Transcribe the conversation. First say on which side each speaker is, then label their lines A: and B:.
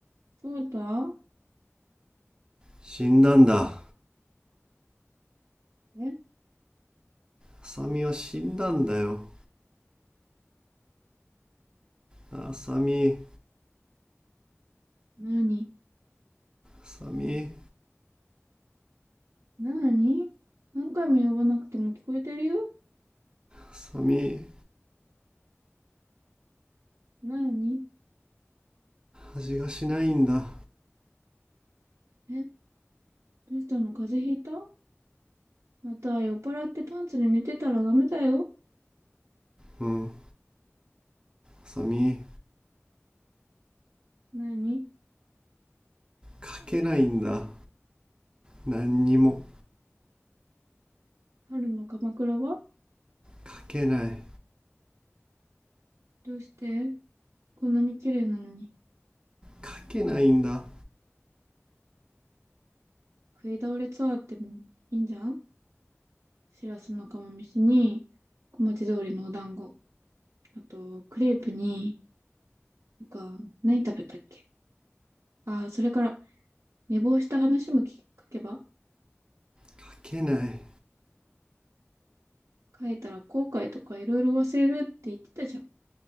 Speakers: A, on the right; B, on the right.
A: そうた
B: 死んだんだ
A: え
B: 浅見は死んだんだよ浅見
A: なに
B: 浅見
A: なに何回も呼ばなくても聞こえてるよ
B: 浅見
A: なに
B: 味がしないんだ
A: えどうしたの風邪ひいたまた酔っ払ってパンツで寝てたらダメだよ。
B: うん浅見
A: なに
B: 書けないんだ何にも
A: 春の鎌倉は
B: 書けない
A: どうしてこんなに綺麗なのに
B: 書けないんだ
A: 食い倒れツアーってもいいんじゃんしらすの釜飯に小町通りのお団子。あと、クレープに、なんか、何食べたっけああ、それから、寝坊した話も聞けば、
B: 書けない
A: 書いたら後悔とかいろいろ忘れるって言ってたじゃん。